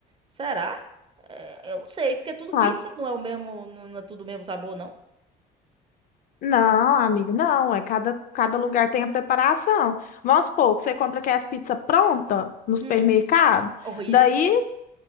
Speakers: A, on the right; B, on the left.
A: Será? É, Eu não sei, porque é tudo
B: Ah,
A: pizza, não é o mesmo, não não é tudo o mesmo sabor, não.
B: Não, amigo, não. É cada, cada lugar tem a preparação. Vamos supor que você compra aquelas pizzas pronta no supermercado.
A: Hum, horrível.
B: Daí
A: <laughs>